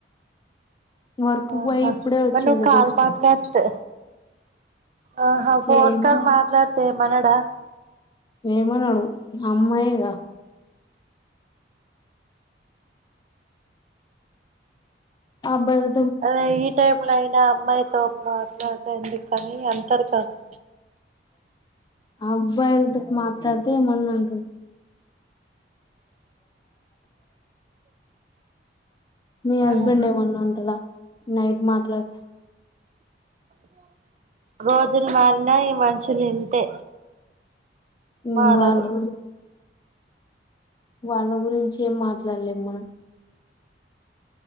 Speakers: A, on the left; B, on the right.
A: వర్క్
B: ఓ
A: కు పోయి
B: మా
A: ఇప్పుడే వచ్చిండు
B: మర్ నువ్ కాల్
A: జస్ట్
B: మాట్లాడ్ తే ఆహా ఫోన్
A: ఏమనడు
B: కాల్ మాట్లాడ్ తే ఏమనడా
A: ఏమనడు అమ్మాయిగా అబ్బాయిలు
B: అదే ఈ టైమ్ లో అయినా అమ్మాయితో మాట్లాడుడు ఎందుకనీ అంటారు కదా.
A: ఆ అబ్బాయిలతో మాట్లాడితే ఏమన్నా అంటు మీ హస్బెండ్
B: ఆహా
A: ఏమన్నా అంటడా? నైట్ మాట్లాడితే
B: <inaudible> రోజులు మారిన ఈ మనిషి ఇగా ఇంతే
A: హు
B: మారరు
A: వాళ్ళు వాళ్ళ గురించి ఏం మాట్లాడలేము మనం.